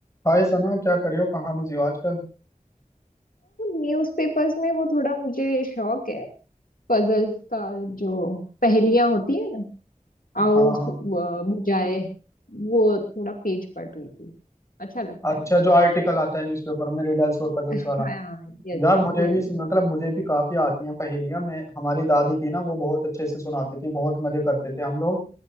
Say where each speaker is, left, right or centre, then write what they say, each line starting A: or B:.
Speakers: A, on the left; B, on the left.
A: हाय सना क्या कर रहे हो कहाँ बिजी हो आजकल
B: Newspapers में वो थोड़ा मुझे शौक है पजल्स का जो पहेलियां होती है ना आओ
A: हाँ
B: सु-
A: हाँ
B: व- बुझाए वो थोड़ा पेज पढ़ रही थी अच्छा लगता
A: अच्छा
B: है मुझे
A: जो आर्टिकल आता है न्यूज़पेपर में रिडल्स और पजल्स
B: हाँ
A: वाला
B: यस
A: यार मुझे
B: यस
A: भी मतलब मुझे भी काफी आती हैं पहेलियां मैं हमारी दादी थी ना वो बहुत अच्छे से सुनाती थी बहुत मजे करते थे हम लोग